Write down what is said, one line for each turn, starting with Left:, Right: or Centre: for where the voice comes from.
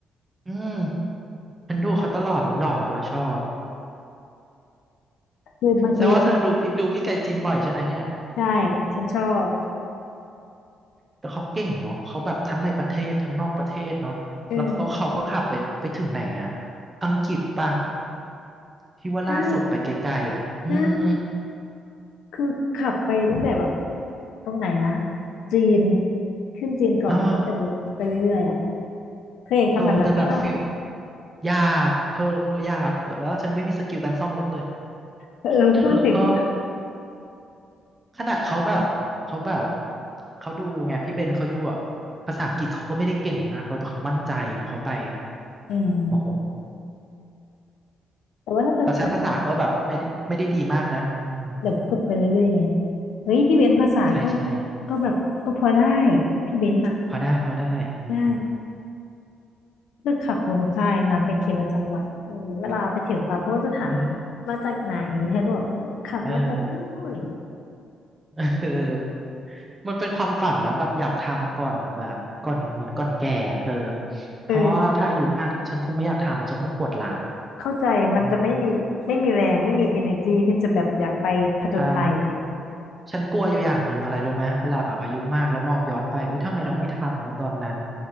Right: อืมฉันดูเขาตลอดเลยหล่อโดวยชอบ
Left: คือบางที
Right: แสดงว่าเธอดูพี่ดูพี่ไกลจีนบ่อยใช่ไหมเนี่ย
Left: ใช่ฉันชอบ
Right: แต่เขาเก่งเนาะเขาแบบทั้งในประเทศทั้งนอกประเทศเนาะแล้วเขาเขาก็ขับไปไปถึงไหนอะ
Left: เออ
Right: อังกฤษป่ะที่ว่าล่าสุดไปไกลๆอ่ะอืม
Left: ใช่ใช่คือขับไปตั้งแต่แบบตรงไหนนะจีนขึ้นจีนก่อนแล้วก็ไปไปเรื่อยๆอ่ะ
Right: เออ
Left: เธออยากทำแบบนั้นไหมล่ะ
Right: เธอแต่แบบฟิลหยาบเธอหยาบแต่ว่าฉันไม่มีสกิลการซ่อมรถเลย
Left: เออพูดถึงว่า
Right: <coughs> <laughs> แล้วก็ขนาดเขาแบบเขาแบบเขาดูไงพี่เบนเขาดูอ่ะภาษาอังกฤษเขาก็ไม่ได้เก่งมากเราแต่เขามั่นใจเนาะเขาไป
Left: อืม
Right: โอ้โห
Left: แต่ว่าถ้าเธอขับ
Right: แต่ฉันภาษาก็แบบไม่ได้ไม่ได้ดีมากนะอืม
Left: แบบฝึกไปเรื่อยๆไงเฮ้ยพี่เบนซ์ภาษาก็
Right: ใช่ใช่
Left: ก็แบบก็พอได้พี่เบนซ์อ่ะ
Right: พอได้พอได้อืม
Left: ได้ก็ขับลงใต้นะไปทีละจังหวัดอืมเวลาไปถึงปั๊บเขาก็จะถาม
Right: ใช่
Left: มาจากไหนเธอก็บอกขับมาจากนู่น
Right: เออ <laughs> เออมันเป็นความฝันนะแบบอยากทำก่อนแบบก่อนเหมือนก่อนแก่อะเธอเพราะว่าถ้าอายุมากฉันคงไม่อยากทำฉันคงปวดหลัง
Left: เออ เข้าใจมันจะไม่มีไม่มีแรงไม่มี
Right: อืม
Left: energy ที่จะแบบอยากไปผจญภัย
Right: ใช่ฉันกลัวอยู่อย่างหนึ่งอะไรรู้ไหมเวลาแบบอายุมากแล้วมองย้อนไปเอ้ยทำไมเราไม่ทำวะตอนนั้น